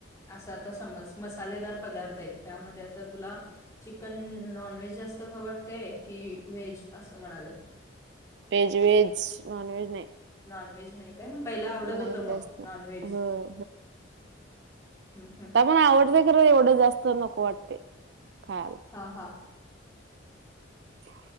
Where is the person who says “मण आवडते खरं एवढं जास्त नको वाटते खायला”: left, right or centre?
Right